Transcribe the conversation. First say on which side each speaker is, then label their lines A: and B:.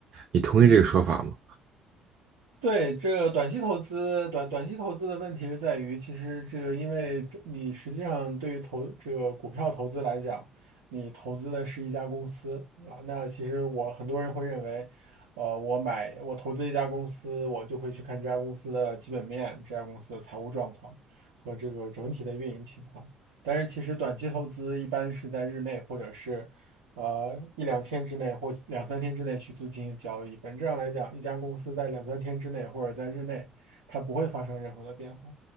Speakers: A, on the right; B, on the right.
A: 你同意这个说法吗？
B: 对，这个短期投资，短短期投资的问题是在于，其实这个因为这你实际上对于投这个股票投资来讲，你投资的是一家公司啊。那其实我很多人会认为，呃，我买我投资一家公司，我就会去看这家公司的基本面、这家公司的财务状况和这个整体的运营情况。但是其实短期投资一般是在日内或者是呃一两天之内或两三天之内去做进行交易。本质上来讲，一家公司在两三天之内或者在日内，它不会发生任何的变化。